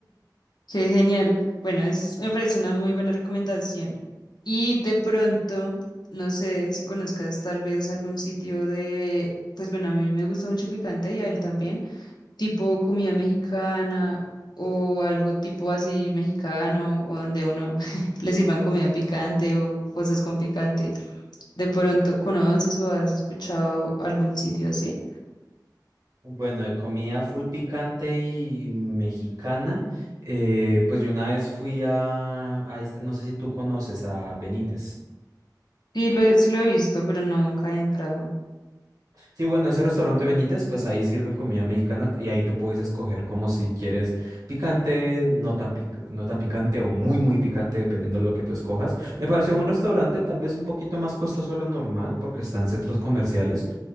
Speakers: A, on the left; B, on the right.
A: Qué genial. Bueno, eso es- me parece una muy buena recomendación. Y de pronto, no sé si conozcas tal vez algún sitio de, pues bueno, a mí me gusta mucho el picante y a él también, tipo comida mexicana o algo tipo así mexicano, o donde a uno <laughs> le sirvan comida picante o cosas con picante. ¿De pronto conoces o has escuchado algún sitio así?
B: Bueno, de comida full picante y mexicana, eh, pues yo una vez fui a, a este, no sé si tú conoces, a Benítez.
A: Sí, lo he, sí lo he visto, pero nunca he entrado.
B: Sí, bueno, ese restaurante Benítez, pues ahí sirven comida mexicana y ahí tú puedes escoger como si quieres picante, no tan, pic- no tan picante o muy, muy picante, dependiendo de lo que tú escojas. Me pareció un restaurante tal vez un poquito más costoso de lo normal porque está en centros comerciales.